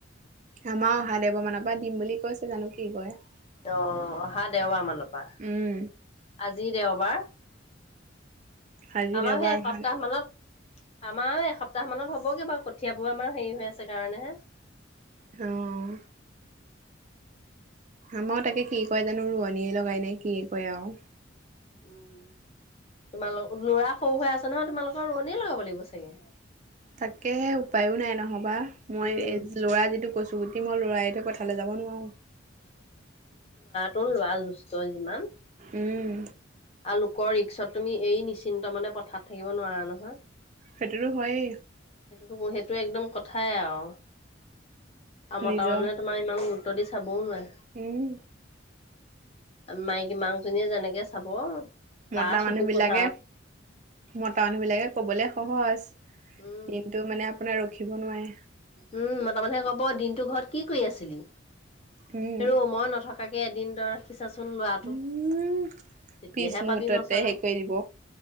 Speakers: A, on the right; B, on the left.
A: আমাৰ অহা দেওবাৰ মানৰ পৰা দিম বুলি কৈছে জানো কি কয়
B: অ অহা দেওবাৰ মানৰ পৰা
A: উম
B: আজি দেওবাৰ
A: আজি
B: আমাৰ
A: দেওবাৰ
B: সেই এসপ্তাহ
A: অহা
B: মানত আমাৰ এসপ্তাহ মানত হ'বগে বাৰু কঠিয়াবোৰ আমাৰ হেৰি হৈ আছে কাৰণেহে
A: হুম আমাৰ তাকে কি কয় জানো ৰোৱনীয়ে লগাই নাই কি কয় আৰু
B: উম তোমালোক ল'ৰা সৰু হৈ আছে নহয় তোমালোকৰ ৰোৱনীয়ে লগাব লাগিব চাগে
A: তাকেহে উপায়ো নাই নহ'বা মই
B: উম।
A: ল'ৰা যিটো কচুগুটি মই ল'ৰা এৰি থৈ পঠালে যাব নোৱাৰো।
B: তোৰ ল'ৰা দুষ্ট যিমান।
A: ওম
B: আৰু লোকৰ ৰিক্সত তুমি এই নিশ্চিন্ত মানে পথাৰত থাকিব নোৱাৰা নহয়।
A: সেইটোতো হয়েই।
B: উ সেইটো একদম কথাই আৰু আও মতা
A: নিজৰ
B: মানুহে তোমাৰ ইমান গুৰুত্ব দি চাবও নোৱাৰে।
A: উম
B: মাইকী মাকজনীয়ে যেনেকে চাব তাৰ
A: মতা
B: চকু
A: মানুহ বিলাকে
B: পচাৰত
A: মতা মানুহ বিলাকে ক'বলে সহজ
B: উম।
A: কিন্তু মানে আপোনাৰ ৰখিব নোৱাৰে
B: উম মতামানুহে ক'ব দিনটো ঘৰত কি কৰি আছিলি
A: উম
B: হেৰ' মই নথকা কাকে এদিন তই ৰাখিছাচোন ল'ৰাটো
A: উম
B: তেতিয়াহে
A: পিছ মুহুৰ্ততে
B: পাবি মচলা।
A: হেৰি কৰি দিব।